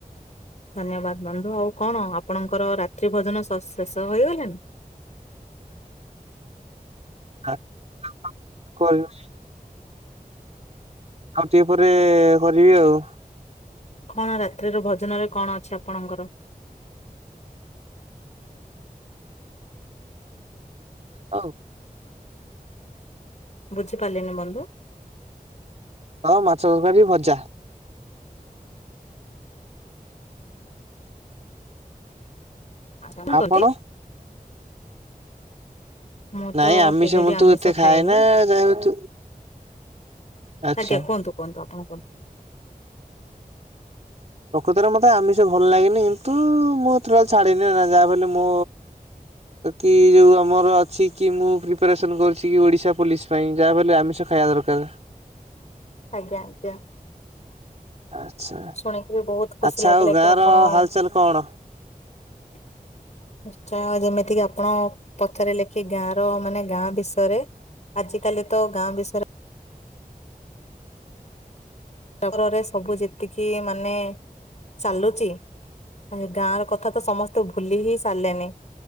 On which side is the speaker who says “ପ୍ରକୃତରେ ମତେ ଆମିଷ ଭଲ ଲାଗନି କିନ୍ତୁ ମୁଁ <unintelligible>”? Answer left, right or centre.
Right